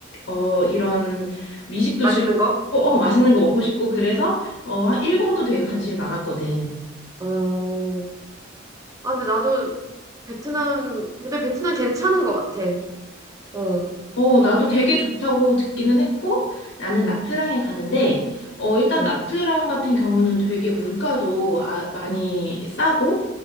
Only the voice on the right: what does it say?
맛있는
거?
어. 아, 근데 나도 베트남, 근데 베트남 괜찮은 것 같아. 어.
그리고?
응,
응,